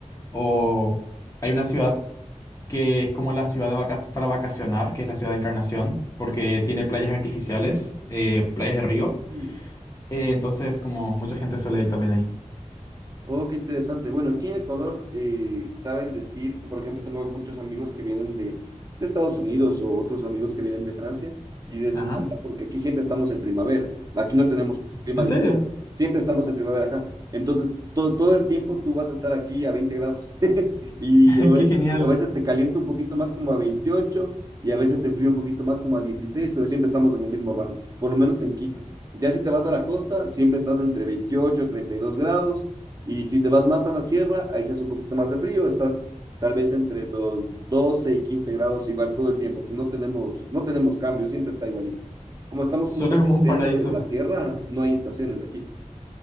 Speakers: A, on the left; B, on the right.
A: o hay una ciudad que es como la ciudad de vacas para vacacionar, que es la ciudad de Encarnación, porque tiene playas artificiales, eh, playas de río.
B: Mm,
A: Eh, entonces como mucha gente suele ir también ahí.
B: Oh, qué interesante. Bueno, aquí en Ecuador eh, saben decir, por ejemplo, tengo muchos amigos que vienen de, de Estados Unidos o otros amigos que vienen de Francia y les
A: Ajá.
B: encanta porque aquí siempre estamos en primavera. Aquí no tenemos un clima
A: ¿En
B: diferente.
A: serio?
B: Siempre estamos en primavera acá. Entonces, todo, todo el tiempo tú vas a estar aquí a 20 grados <laughs> y
A: <laughs>
B: a veces,
A: ¡Qué genial!
B: a veces se calienta un poquito más como a 28 y a veces se enfría un poquito más como a 16, pero siempre estamos en el mismo rango, por lo menos en Quito. Ya si te vas a la costa, siempre estás entre 28 y 32 grados y si te vas más a la sierra, ahí se hace un poquito más de frío, estás tal vez entre los 12 y 15 grados igual todo el tiempo, o sea, no tenemos, no tenemos cambios, siempre está igualito. Como estamos
A: Suena
B: justo en
A: como
B: el
A: un
B: centro
A: paraíso.
B: de la Tierra, no hay estaciones aquí.